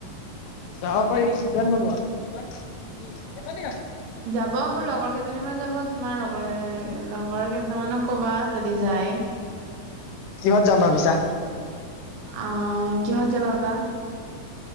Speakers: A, on the left; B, on the right.
A: যাব পাৰি প্লেন বনোৱা।
B: যাব মোৰ লগৰ কেইজনী মান যাব, তোমাৰ লগৰ-লগৰ কেইজন মানক কবা যদি যায়। নায়।
A: কিহত যাম ভাবিছা?
B: অ', কিহত যাবা বা?